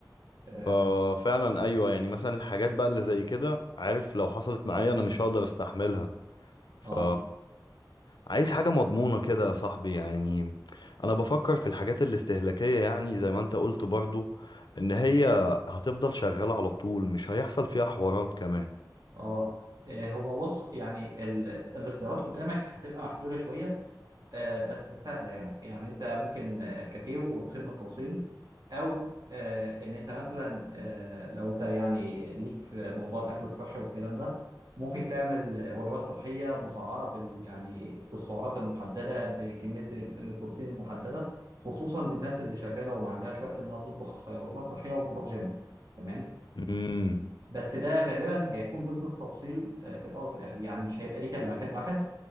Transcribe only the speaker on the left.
ففعلا ايوه يعني مثلا الحاجات بقى اللي زي كده عارف لو حصلت معايا انا مش هقدر استحملها ف
عايز حاجة مضمونة كده يا صاحبي يعني أنا بفكر في الحاجات الاستهلاكية يعني زي ما أنت قلت برضو إن هي هتفضل شغالة على طول مش هيحصل فيها حوارات كمان
امم